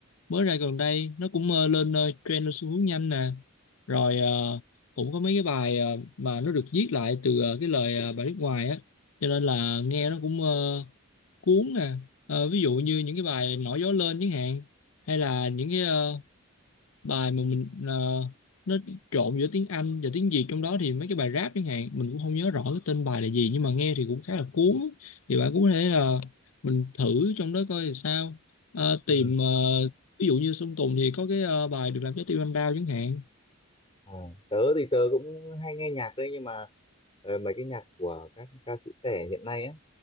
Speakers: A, on the left; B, on the left.
A: mới ra gần đây, nó cũng ờ, lên ờ, trend lên xu hướng nhanh nè. Rồi ờ, cũng có mấy cái bài ờ, mà nó được viết lại từ ờ, cái lời ờ, bài nước ngoài á, cho nên là nghe nó cũng ờ, cuốn nè. Ờ, ví dụ như những cái bài Nổi gió lên chẳng hạn hay là những cái ờ, bài mà mình ờ, nó trộn giữa tiếng Anh và tiếng Việt trong đó thì mấy cái bài rap chẳng hạn mình cũng không nhớ rõ cái tên bài là gì nhưng mà nghe thì cũng khá là cuốn thì bạn cũng có thể là mình thử trong đó coi thì sao Ờ,
B: Ừ.
A: tìm ờ, ví dụ như Sơn Tùng thì có cái ờ, bài được làm trái tim anh đau chẳng hạn
B: À, tớ thì tớ cũng hay nghe nhạc đấy nhưng mà ờ, mấy cái nhạc của các ca sĩ trẻ hiện nay ấy